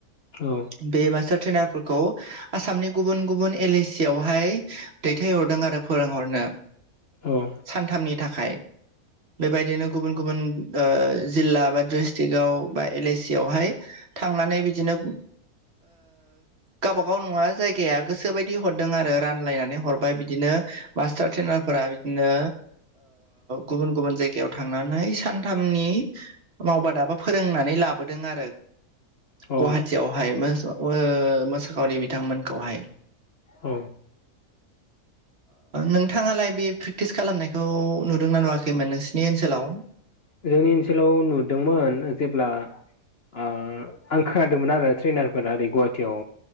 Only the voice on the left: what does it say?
औ
औ
औ
औ
जोंनि ओनसोलाव नुदोंमोन जेब्ला ओ आं खोनादोंमोन आरो ट्रैनारफोरा ओरै गुवाहाटियाव